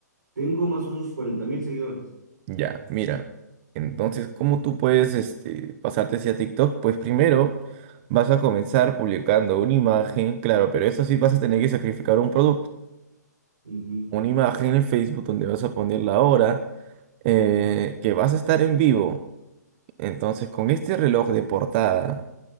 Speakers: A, on the right; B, on the right.
A: Tengo más o menos cuarenta mil seguidores.
B: Ya, mira. Entonces, ¿cómo tú puedes este, pasarte hacia TikTok? Pues primero vas a comenzar publicando una imagen, claro, pero eso sí vas a tener que sacrificar un producto.
A: Ujú.
B: Una imagen en Facebook donde vas a poner la hora eh, que vas a estar en vivo. Entonces, con este reloj de portada